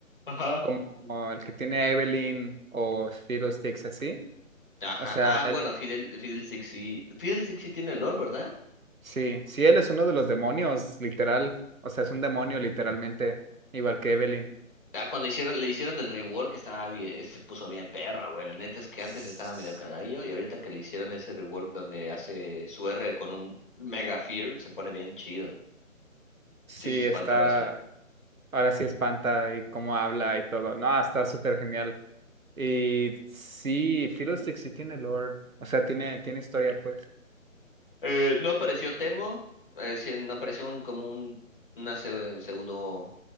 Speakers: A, on the left; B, on the right.
A: Ajá.
B: como el que tiene Evelyn o Fiddlesticks, así.
A: Ajá.
B: O sea,
A: Ah,
B: el,
A: bueno, Fidel, Fidel Six sí. Fidel Six sí tiene olor, ¿verdad?
B: Sí, sí, él es uno de los demonios, literal. O sea, es un demonio, literalmente, igual que Evelyn.
A: Ah, cuando hicieron, le hicieron el rework estaba bien, se puso bien perro, güey. La neta es que
B: S-
A: antes estaba medio cagadillo y ahorita que le hicieron ese rework donde hace su R con un Mega Fear, se pone bien chido, güey.
B: Sí,
A: Sí, se espanta
B: está,
A: ahora sí.
B: ahora sí espanta y cómo habla y todo. No, está súper genial. Y sí, Philo Stick sí tiene lore, o sea, tiene, tiene historia, pues.
A: Eh, no apareció Temo, eh, sí, no apareció un, como un, una pseu- pseudo,